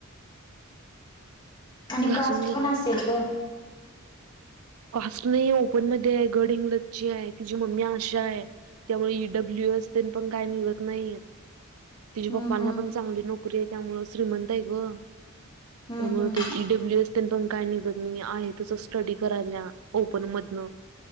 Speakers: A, on the left; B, on the right.
A: आणि
B: घासून
A: कास्ट
B: घ्यायला
A: पण
B: लागते
A: असेल गं
B: कास्ट नाही ओपन मधे आहे गडहिंगलजची आय तिजी मम्मी आशा आय. त्यामुळे ईडब्ल्यूएस तेन पण काय निघत नाई. तिज्या
A: हम्म
B: पप्पांना
A: हम्म
B: पण चांगली नोकरी आय त्यामुळं श्रीमंत आय गं
A: हम्म
B: त्यामुळे
A: हम्म
B: ते ईडब्ल्यू एस तेन पण काय निघत नाहीये आहे तसं स्टडीत करायल्या ओपन मधनं.